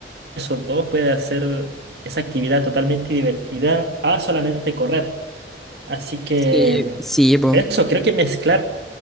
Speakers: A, on the right; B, in the centre.
A: esos dos puede hacer esa actividad totalmente divertida a solamente correr. Así que...
B: Sí,
A: mm,
B: Sí, po.
A: Eso, creo que mezclar